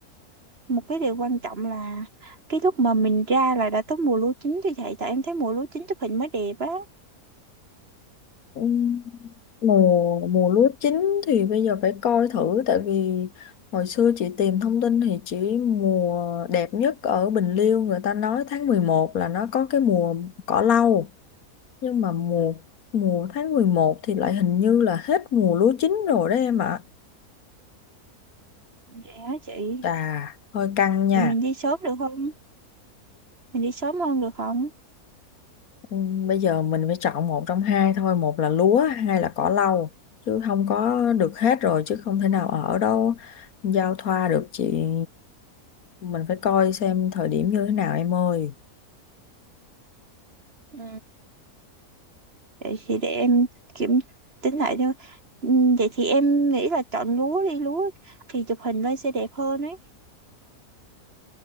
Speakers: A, on the right; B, on the left.
A: một cái điều quan trọng là cái lúc mà mình ra là đã tới mùa lúa chín thì vậy tại em thấy mùa lúa chín chụp hình mới đẹp á
B: Ừm, mùa mùa lúa chín thì bây giờ phải coi thử tại vì hồi xưa chị tìm thông tin thì chỉ mùa đẹp nhất ở Bình Liêu người ta nói tháng 11 là nó có cái mùa cỏ lau nhưng mà mùa mùa tháng 11 thì lại hình như là hết mùa lúa chín rồi đó em ạ
A: dạ chị
B: chà hơi căng nha
A: thì mình đi sớm được không mình đi sớm hơn được không
B: Ừ, Bây giờ mình phải chọn một trong hai thôi, một là lúa, hai là cỏ lau, chứ không có được hết rồi, chứ không thể nào ở đâu giao thoa được chị. Mình phải coi xem thời điểm như thế nào em ơi.
A: ừ. Vậy thì để em kiểm tính lại thôi. Ừm, Vậy thì em nghĩ là chọn lúa đi, lúa thì chụp hình lên sẽ đẹp hơn ấy.